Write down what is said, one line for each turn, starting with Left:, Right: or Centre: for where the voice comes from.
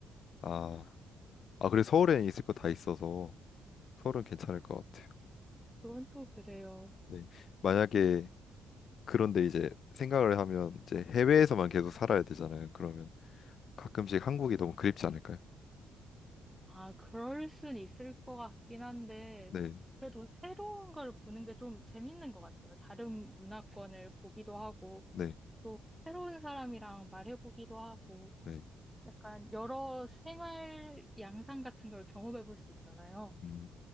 Left: 아, 아 그래 서울에 있을 거 다 있어서 서울은 괜찮을 것 같아요.
Centre: 그건 또 그래요.
Left: 네. 만약에 그런데 이제 생각을 하면 이제 해외에서만 계속 살아야 되잖아요. 그러면 가끔씩 한국이
Centre: 네.
Left: 너무 그립지 않을까요?
Centre: 아, 그럴 순 있을 것 같긴 한데,
Left: 네,
Centre: 그래도 새로운 걸 보는 게 좀 재밌는 것 같아요. 다른 문화권을 보기도 하고,
Left: 네,
Centre: 또 새로운 사람이랑 말해보기도 하고,
Left: 네.
Centre: 약간 여러 생활 양상 같은 걸 경험해 볼 수 있잖아요.
Left: 음,